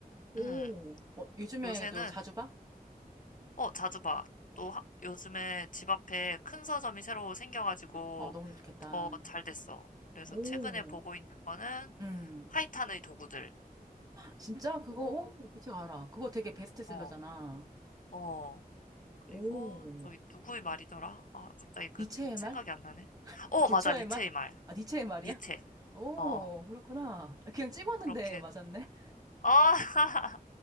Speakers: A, on the right; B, on the left.
A: 오,
B: 음,
A: 어, 요즘에
B: 요새는
A: 또 자주 봐?
B: 어, 자주 봐. 또 하- 요즘에 집 앞에 큰 서점이 새로 생겨가지고
A: 어, 너무 좋겠다.
B: 더 잘 됐어. 그래서
A: 오,
B: 최근에 보고 있는 거는
A: 음.
B: 파이탄의 도구들.
A: 진짜 그거,
B: 오.
A: 오, 그책 알아. 그거 되게 베스트셀러잖아.
B: 어, 어. 그리고
A: 오,
B: 저기 누구의 말이더라? 아, 갑자기 그
A: 니체의
B: 생각이
A: 말?
B: 안 나네. 어,
A: 부처의
B: 맞아. 니체의
A: 말?
B: 말.
A: 아, 니체의 말이야?
B: 니체.
A: 오,
B: 어, 어.
A: 그렇구나. 그냥 찍었는데
B: 그렇게.
A: 맞았네.
B: 아, <laughs>